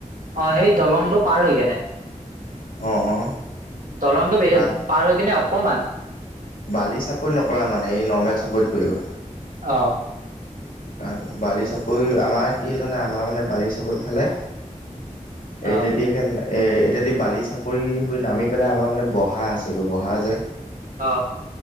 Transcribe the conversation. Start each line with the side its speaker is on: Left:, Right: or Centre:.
Right: অ সেই দলংটো পাৰ হৈ কেনে।
Left: অ অ
Right: দলংটো বে
Left: কাৰণ
Right: পাৰ হৈ কিনে অকমান
Left: বালি চাপৰ্ট নকৰা মানে এই নৰ্মেল চাপৰ্ট কৰিবা
Right: অ
Left: কাৰ বালি চাপৰি আমাৰ কি জানে আমাৰ মানে বালি চাপৰ ফালে এই
Right: অ
Left: ইটাইতিয়াকন এই এতিয়া বালি চাপৰি হৈ নামি পেলাই আমাৰ মানে বহা আছেগৈ বহা যে।
Right: অ